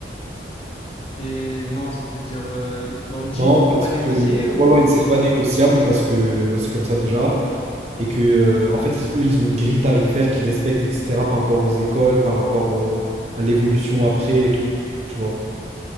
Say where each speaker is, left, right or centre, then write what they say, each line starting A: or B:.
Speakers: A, on the left; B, on the right.
A: C'est- Non, c'est-à-dire, euh, ils te l'ont dit,
B: non,
A: tu peux
B: parce
A: pas négocier
B: que
A: ou...
B: ouais, ouais, c'est pas négociable parce que bah, c'est comme ça déjà. Et que, euh, en fait, ils- eux, ils ont une grille tarifaire qu'ils respectent, etc., par rapport aux écoles, par rapport au- à l'évolution après et tout, tu vois.